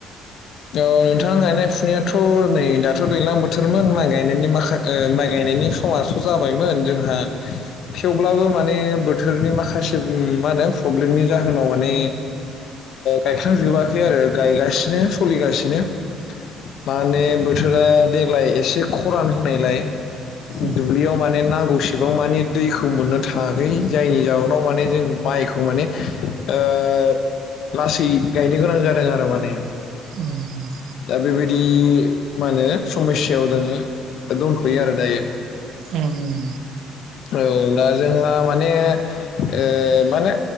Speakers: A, on the left (about 65°); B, on the right (about 70°).
A: औ नोंथां गायनाय फुनायाथ' नै दाथ' दैलां बोथोरमोन माइ गायनायनि माखा माइ गायनाय। नि समास' जाबायमोन जोंहा थेवब्लाबो माने बोथोरनि माखासे मु मा नो प्रब्लेमनि जाहोनाव माने गायखांजोबाखै आरो गायगासिनो। सलिगासिनो माने बोथोरा देग्लाय एसे खरान होनायलाय।
B: उम
A: दुब्लियाव माने ना गौसि बां मानि दैखौ मोननो थाङाखै जायनि जाहोनाव माने जों माइखौ माने ओ। ओ लासै गायनो गोनां जादों आरो माने।
B: <unintelligible>
A: दा बेबायदि मा ओनो समयसायाव दोङो दंथ'यो आरो दायो।
B: ओम।
A: औ दा जोंहा माने ओ माने